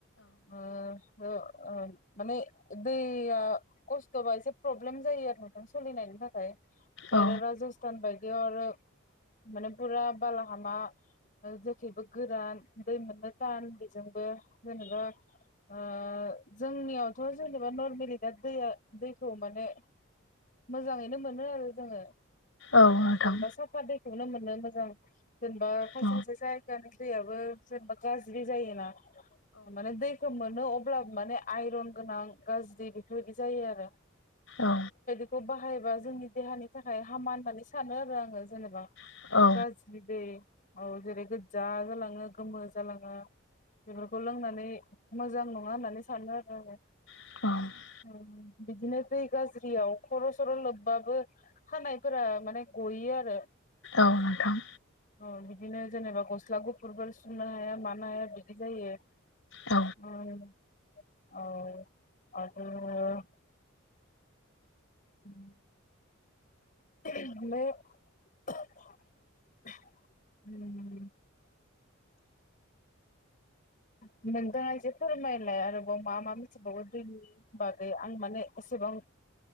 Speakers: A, on the left; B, on the left.
A: ओ ओ ओ माने दैया खस थबा एसे प्रब्लेम जायो आरो नोंथां सोलिनायनि थाखाय जेथो
B: औ
A: राजस्थान बाय बेयावनो माने बुरा बालाहामा ओ जेखेबो गोरान दै मोननो थान बेजोंबो जेनेबा ओ जोंनियावथ' जेनेबा नरमेलि दा दैया। दैखौ माने मोजाङैनो मोनो आरो जोङो।
B: औ
A: उमजेनेबा
B: नोंथां
A: साफा दैखौनो मोनोमोन। <inaudible> जेनेबा खाइसे
B: औ
A: खाइसे जायगानि। दैयाबो जेनेबा गाज्रि जायोना। होबालाय दैखौ मोनो अ- ब्लाबो माने आइरन गोनां गाज्रि बिफोरबायदि जायो आरो। <inaudible> <unintelligible>
B: औ
A: खौ बाहायबा जोंनि देहानि थाखाय हामा होननानै सानो आरो आङो जेनेबा।
B: औ औ
A: गाज्रि दै। औ जेरै गोज्जा जालाङो गोमो जालाङो। बेफोरखौ लोंनानै। मोजां नङा होननानै सानो आरो आङो
B: औ
A: उम। बिदिनो दै गाज्रियाव खर' सर' लोबबाबो खानायफोरा माने गयो आरो।
B: औ नोंथां।
A: औ बिदिनो जेनेबा गस्ला गुफुरफोर सुनो हाया मानो हाया बिदि जायो
B: औ
A: उम औ आरो। <inaudible> <unintelligible> उम नोंथाङा एसे फोरमायलाय आरोबाव मा मा मिथिबावो दैनि बागै आं माने एसेबां